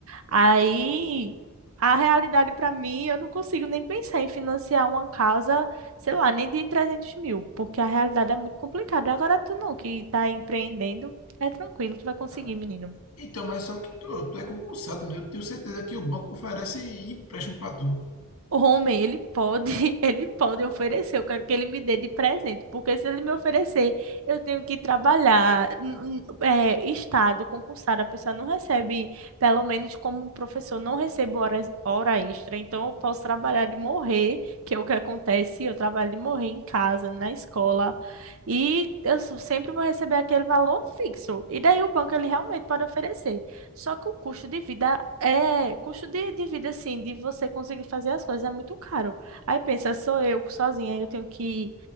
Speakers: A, on the right (about 65°); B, on the left (about 70°).
A: Aí a realidade para mim, eu não consigo nem pensar em financiar uma casa, sei lá, nem de 300 mil, porque a realidade é muito complicada. Agora tu não, que tá empreendendo, é tranquilo, tu vai conseguir,
B: Ah,
A: menino.
B: Então, mas só que tu, tu é concursado, meu. Eu tenho certeza que o banco oferece empréstimo para tu.
A: Homem, ele pode, <laughs> ele pode oferecer. Eu quero que ele me dê de presente, porque se ele me oferecer, eu tenho que trabalhar. N- n- É, estado concursado, a pessoa não recebe, pelo menos como um professor, não recebo horas, hora extra. Então, eu posso trabalhar de morrer, que é o que acontece. Eu trabalho de morrer em casa, na escola, e eu sou- sempre vou receber aquele valor fixo. E daí o banco ele realmente pode oferecer. Só que o custo de vida é, custo de, de vida, assim, de você conseguir fazer as coisas é muito caro. Aí pensa, sou eu sozinha, aí eu tenho que.